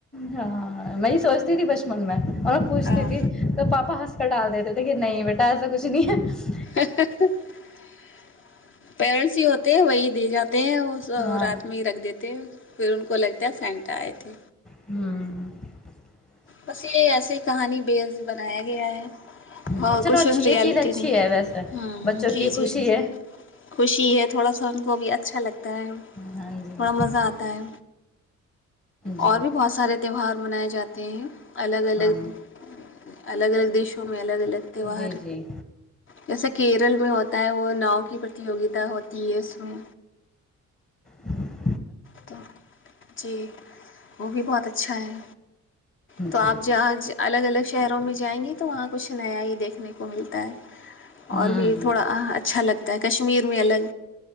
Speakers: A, on the left; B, on the left.
A: ہاں میں یہ سوچتی تھی بچپن میں اوریں پوچھتی
B: ہاں
A: تھی تو پاپا ہ کٹا دیتے تھے کہ نہیں بیٹا ایسا کچھ نہیں ہے
B: <inaudible> پیرنٹس ہی ہوتے ہیں وہی دے جاتے تےے ہیں
A: ہاں
B: رات میں ہی رکھ دیتے پھر ان کو لگتا ہے سینٹا آئے تھے
A: <inaudible>
B: بس یہ ایسیے کہانی بیز بنایا
A: جی
B: اور
A: چلو
B: کچھ
A: اچھی
B: ریالٹی
A: یہ چیز اچھی
B: نہیں
A: ہے ویسے
B: ہ
A: بچوں
B: جی
A: کی خوشی
B: جی
A: ہے
B: خوشی ہے تھوڑا سا ان کو بھی اچھا لگتا ہے
A: ہاں جی
B: تھوڑا مزہ آتا ہے
A: جی
B: اور بھی بہت سارے تیوار منائے جاتے ہیں الگ الگ
A: ہاں
B: الگ الگ دیشوں میں الگ الگ تیوار
A: جی جی
B: جیسے کیرل میں ہوتا ہے وہ ناؤ کی پرتیوگتا ہوتی ہے اس میں
A: ہوں
B: تو جی وہ بھی بہت اچھا ہے تو آپ
A: جی
B: جہاں الگ الگ شہروں میں جائیں گے تو وہاں کچھ نیا ہی دیکھنے کو ملتا ہے
A: ہوں
B: اور بھی تھوڑا اچھا لگتا ہے کشمیر میں الگ